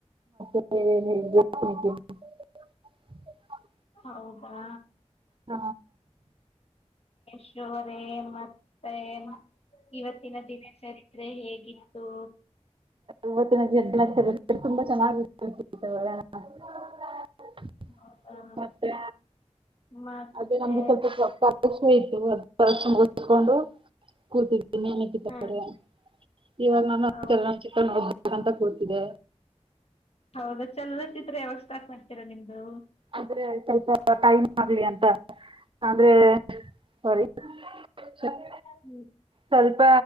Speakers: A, on the right; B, on the left.
A: ಹ <inaudible> <unintelligible>
B: ಹೌದಾ
A: ಹ
B: ಶವ್ರೆ ಮತ್ತೆ ಮ ಇವತ್ತಿನ ದಿನ ಚರಿತ್ರೆ ಹೇ ಯಾತೋ.
A: ಇವತ್ತಿನ <unintelligible> ತುಂಬಾ ಚೆನ್ನಗಿತ್ತು. <unintelligible>
B: ಹೌದಾ
A: ಮತ್ತೆ
B: ಮತ್ತೆ
A: ಅದೇ ನಮ್ಗು ಸ್ವಲ್ಪ ಸ್ವಪ್ಪ <unintelligible> ತ್ <unintelligible> ಕೊಂಡು ಕೂತಿ ಇನ್ಮ್ಯಾಲ್ ಇಟ್ಟಿದ್ದ
B: ಹಾ
A: ಪೊರೆ. ಇವಾಗ್ ನಾನು
B: ಹೌ
A: ಚಲನಚಿತ್ರ ನೋಡ್ಬೇಕಂತ ಕೂತ್ತಿದೆ.
B: ಹೌದಾ ಚಲನಚಿತ್ರ ಯಾವಾಗ್ ಸ್ಟಾರ್ಟ್ ಮಾಡ್ತೀರಾ ನಿಮ್ದು.
A: ಆದ್ರೆ ಸ್ವಲ್ಪ ಟೈಮ್ ಆಗ್ಲಿ ಅಂತ ಅಂದ್ರೆ ಸೊರಿ. ಸ್ವಪ್
B: ಹ್ಮ್.
A: ಸ್ವಲ್ಪ